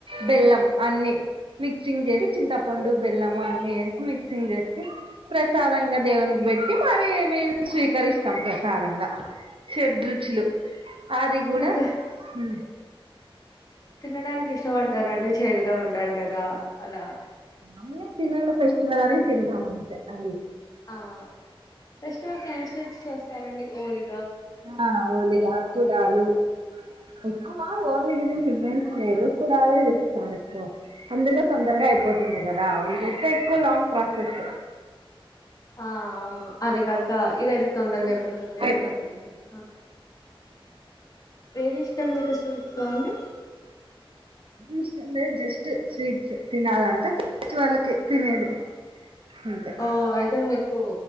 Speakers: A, on the right (about 65°); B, on the left (about 40°).
A: బెల్లం అన్ని మిక్సింగ్ చేసి చింత పండు బెల్లం అన్ని ఏసి మిక్సింగ్ చేసి ప్రసాదంగా దేవునికి బెట్టి మరి మేము స్వీకరిస్తాం ప్రసాదంగా షడ్రుచులు అది కూడా
B: మీకు
A: ఉ
B: తినడానికి ఇష్టపడతారండి చేదుగా ఉంటాది కదా అలా
A: అమ్లి తినాల ఫెస్టివల్ అనే తింటాం అంతే అవు
B: ఆ ఫెస్టివల్ క్యాన్సిల్ చేస్తారండి ఓలి
A: ఆ హోలీగా ఆడుకుంటారు ఎక్కువ హోలీగా ని పీవెరెన్స్ చేయరు కుండలో చేస్తారు ఎక్కువ అందులో తొందరగా అయిపోతుంది కదా వాళ్ళకైతే ఎక్కువ లాంగ్ ప్రాసెస్
B: ఆ అవును అదే కాక ఇదయితే తొందరగా అయిపోతుంది.
A: అయిపోతుంది
B: ఆ ఏది ఇష్టం మీకు స్వీట్స్ బాగుంది
A: ఇష్టే జస్ట్ స్వీట్స్ తినాలంత వాళ్ళకి తినేది అంతే
B: ఓ అయితే మీకు